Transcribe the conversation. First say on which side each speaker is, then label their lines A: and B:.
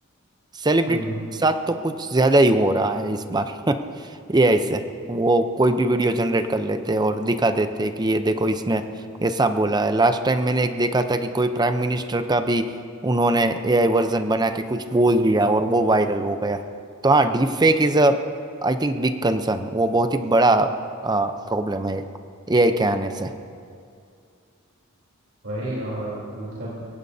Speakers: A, on the right (about 20°); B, on the right (about 65°).
A: सेलिब्रिटी
B: हम्म
A: के साथ तो कुछ ज्यादा ही हो रहा है इस बार <laughs> ये ऐसे है। वो कोई भी वीडियो जनरेट कर लेते हैं और दिखा देते हैं कि ये देखो इसने ऐसा बोला है लास्ट टाइम मैंने एक देखा था कि कोई प्राइम मिनिस्टर का भी उन्होंने एआई वर्जन बना के कुछ बोल दिया और वो वायरल हो गया तो हाँ deep fake is a I think big concern वो बहुत ही बड़ा प्रॉब्लम है एआई के आने से
B: वही और मतलब